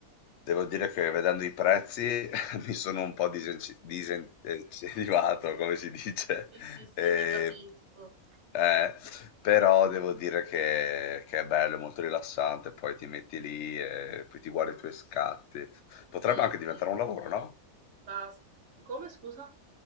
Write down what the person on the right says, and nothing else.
sì, sì, sì,
ti capisco.
Sì,
sì.
Basta. Come, scusa?